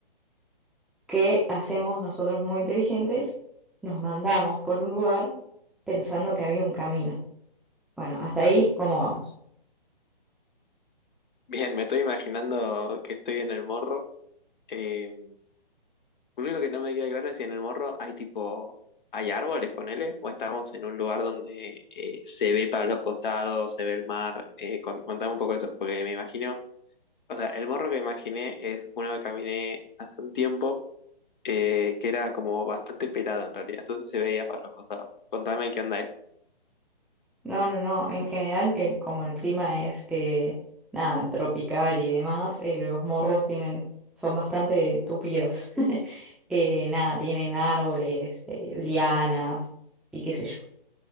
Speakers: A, in the centre; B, on the left.
A: ¿Qué hacemos nosotros muy inteligentes? Nos mandamos por un lugar pensando que había un camino. Bueno, hasta ahí, ¿cómo vamos?
B: Bien, me estoy imaginando que estoy en el morro. eh, lo único que no me queda claro es si en el morro hay tipo, hay árboles, ponele, o estamos en un lugar donde eh, se ve para los costados, se ve el mar. eh, con- contame un poco eso, porque me imagino, o sea, el morro que imaginé es uno que caminé hace un tiempo eh, que era como bastante pelado en realidad, entonces se veía para los costados. Contame qué onda este.
A: No, no, no. En general, el- como el clima es eh, nada, tropical y demás, eh, los morros tienen, son bastante tupidos. <laughs> Eh, nada, tienen árboles, eh, lianas y qué sé yo.